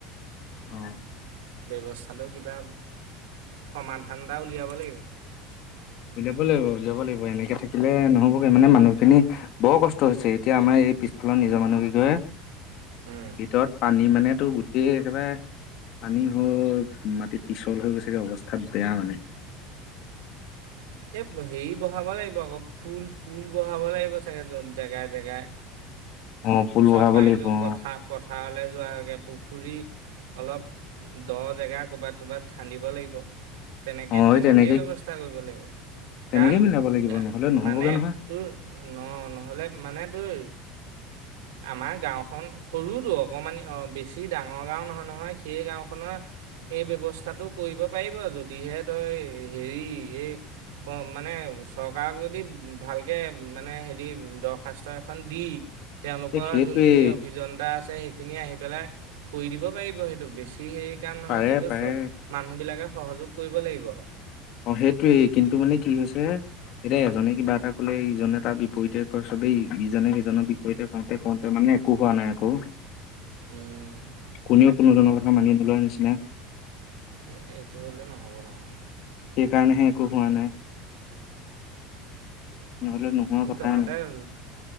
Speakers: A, on the left (about 60°); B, on the right (about 80°).
A: অ
B: কথাটো কিবা সমাধান এটা উলিয়াব লাগিব।
A: লাগ উলিয়াব লাগিব এনেক থাকিলে নহ'ব। মানে মানুহখিনি বৰ কষ্ট হৈছে এতিয়া আমাৰ এই পিছফালৰ নিজৰ মানুহ কিঘয়ে।
B: উম,
A: ভিতৰত পানী মানে। এই টো গোটেই একেবাৰে পানী হৈ মাটিত পিছল হৈ গৈছেগে অৱস্থাত বেয়া মানে।
B: এ হেৰি বহাব লাগিব আকৌ পুল পুল বহাব লাগিব চাগে জন্তু। জেগাই জেগাই।
A: অ ফুল
B: চব
A: বহাব
B: পানীটো
A: লাগিব অ।
B: পথাৰ পথাৰলৈ যোৱকে পুখুৰী অলপ দ জেগা ক'ৰবাত ক'ৰবাত খান্দিব লাগিব। তেনেকে
A: অ সেই
B: তেনেকেই
A: তেনেকে
B: ব্যৱস্থা কৰিব লাগিব।
A: তেনেকে
B: কাৰণ
A: মিলাব লাগিব
B: তা-
A: নহ'লে নহ'বগে
B: মানে
A: নহয়।
B: তোৰ ন নহ'লে মানে তই আমাৰ গাঁওখন সৰুতো অকণমান বেছি ডাঙৰ গাঁও নহয় নহয় সেই গাঁওখনৰ এই ব্যৱস্থাটো কৰিব পাৰিব যদিহে তই হেৰি এই মানে চৰকাৰক যদি ভালকৈ মানে হেৰি দ- শাস্ত্ৰ এখন দি তেওঁলোকৰ
A: এ সেইটোৱেই
B: যোনখিনি অভিযন্তা আছে সেই খিনি আহি পেলাই কৰি দিব পাৰিব সেইটো বেছি হেৰি নহয়
A: পাৰে
B: কিন্তু
A: পাৰে
B: চব মানুহ বিলাকে সহযোগ কৰিব লাগিব
A: অ সেইটোৱেই কিন্তু মানে কি হৈছে এতিয়া এজনে কিবা এটা কলে ইজনে তাৰ বিপৰীতে চবেই ইজনে সিজনৰ বিপৰীতে কওঁতে কওঁতে মানে একো হোৱা নাই আকৌ
B: উম।
A: কোনেও কোনো কোনো কথা মানি নোলোৱা নিচিনা
B: এ এইটো হলে নহ'ব নহয়
A: সেইকাৰণেহে একো হোৱা নাই
B: <unintelligible>
A: নহলে নোহোৱা কথাই
B: সদায়
A: নাই